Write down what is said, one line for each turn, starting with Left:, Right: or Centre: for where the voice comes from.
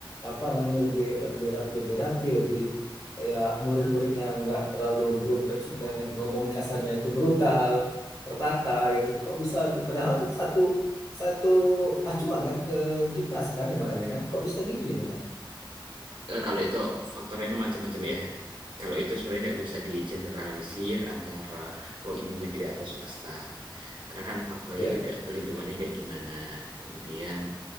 Left: apa namanya lebih lebih rap lebih rapi, lebih kayak murid-muridnya nggak terlalu brut, banyak ngomong kasarnya itu brutal, tertata gitu. Kok bisa? Padahal kan satu satu acuan kan ke Dignas kan ibaratnya kan. Kok bisa gitu ya Bang?
Right: Eh, kalau itu faktornya macam-macam ya. Kalau itu sebenarnya nggak bisa digeneralisir antara oh ini negeri atau swasta. Karena kan faktornya
Left: Ya,
Right: juga lingkungannya kayak gimana, kemudian